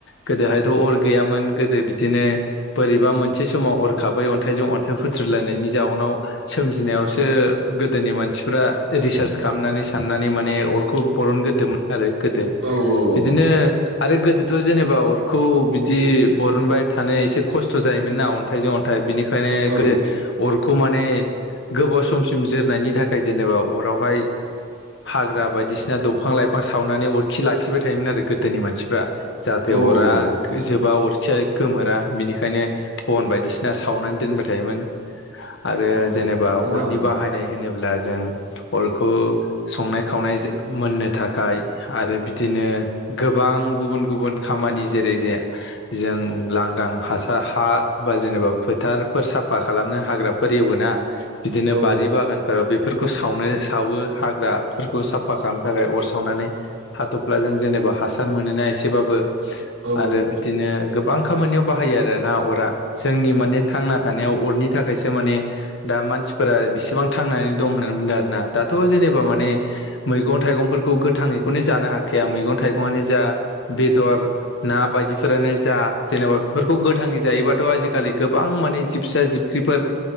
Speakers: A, on the left; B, on the right.
A: गोदोहायथ'अर गैयामोन गोदो बिदिनो बोरैबा मोनसे समाव हरखाबै अन्थाइजों अन्थाइ फुथ्रुलायनायनि जाउनाव सोमजिनायावसो गोदोनि मानसिफ्रा रिसार्च खालामनानै साननानै माने अरखौ बरनग्रोदोंमोन आरो गोदो
B: औ औ
A: बिदिनो
B: औ नोंथां
A: आरो गोदो थ' जेनेबा अरखौ बिदि बरनबाय थानो एसे खस्थ' जायोमोन ना अन्थाइजों अन्थाइ बिनिखायनो
B: औ
A: गोदो अरखौ माने गोबाव समसिम जोरनायनि थाखाय जेनेबा अरावहाय हाग्रा बायदिसिना दंफां लाइफां सावनानै अरखि लाखिबाय थायोमोन आरो गोदोनि मानसिफ्रा जाहाथे
B: औ
A: अरा
B: औ
A: जोबा अरखिया गोमोरा बिनिखायनो बन बायदिसिना सावनानै दोनबाय थायोमोन आरो
B: औ
A: जेनेबा
B: नंगौ नामा
A: अरनि
B: नोंथां
A: बाहायनाय होनोब्ला जों अरखौ संनाय खावनाय मोननो थाखाय आरो बिदिनो गोबां गुबुन गुबुन खामानि जेरै जे जों लांदां हासार हा बा जेनेबा फोथार फोर साफा खालामनो हाग्राफोर एवोना बिदिनो
B: औ
A: बारि बागान फोराव बेफोरखौ सावनो सावो हाग्राफोरखौ साफा खालामनो थाखाय अर सावनानै हाथफ्लाजों जेनेबा हासार मोनोना एसेबाबो
B: औ
A: आरो बिदिनो गोबां खामानियाव बाहायो आरोना अरा जोंनि माने थांना थानाय थानायाव अरनि थाखायसो माने मानसिफोरा बेसेबां थांनानै दं होननानै बुंदों दाथ जेनेबा माने मैगं थाइगंफोरखौ गोथाङैखौनो जानो हाखाया मैगं थाइगंआनो जा बेदर ना बायदिफोरानो जा जेनेबा बेफोरखौ गोथाङै जायोबाथ आजिखालि गोबां माने सिबसा जिबख्रिफोर